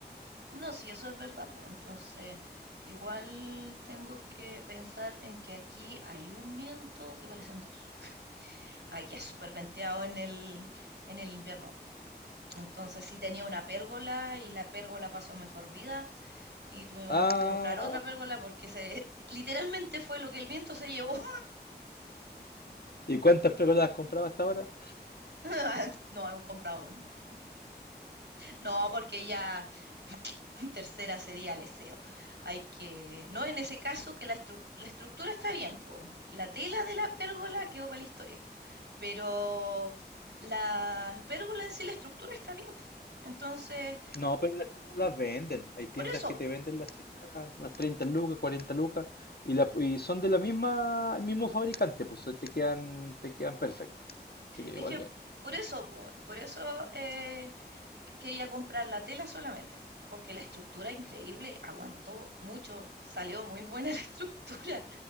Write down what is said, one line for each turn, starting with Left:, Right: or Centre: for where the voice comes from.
Right: No, si eso es verdad, pues entonces igual tengo que pensar en que aquí hay un viento que parecen dos. Aquí es súper venteado en el, en el invierno. Entonces sí tenía una pérgola y la pérgola pasó a mejor vida y tuvimos
Left: Ah,
Right: que comprar otra pérgola porque se literalmente fue lo que el viento se llevó.
Left: ¿y cuántas pérgolas has comprado hasta ahora?
Right: <laughs> no, hemos comprado dos nomás. No, porque ya tercera sería el SEO. Hay que, no, en ese caso que la, estru- la estructura está bien, pues. La tela de la pérgola quedó para la historia, pero la pérgola en sí, la estructura está bien, po. Entonces,
Left: No, pero las teclas las venden. Hay tiendas
Right: por eso,
Left: que te venden las teclas, las 30 lucas, 40 lucas, y, la, y son de la misma, el mismo fabricante, pues te quedan, te quedan perfecto. Así que
Right: Es
Left: igual
Right: que
Left: bien.
Right: por eso, po, por eso eh, quería comprar la tela solamente, po, porque la estructura increíble, aguantó mucho, salió muy buena <laughs> la estructura.